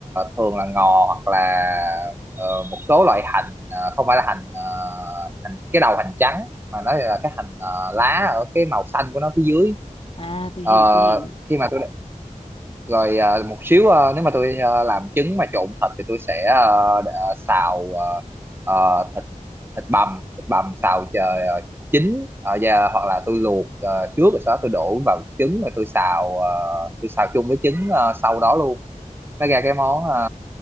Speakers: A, on the right (about 15°); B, on the left (about 45°).
A: thường là ngò hoặc là ờ, một số loại hành ờ, không phải là hành ờ, hành cái đầu hành trắng mà nó là cái hành ờ, lá ở cái màu xanh của nó phía dưới
B: à tôi
A: Ờ,
B: hiểu tôi hiểu
A: khi mà tôi rồi à, một xíu à, nếu mà tôi à, làm trứng mà trộn thịt thì tôi sẽ à, đ- à, xào à, à, thịt thịt bằm thịt bằm xào chờ à, chín à, và, hoặc là tôi luộc à, trước rồi sau đó tôi đổ vào trứng rồi tôi xào à, tôi xào chung với trứng à, sau đó luôn nó ra cái món à,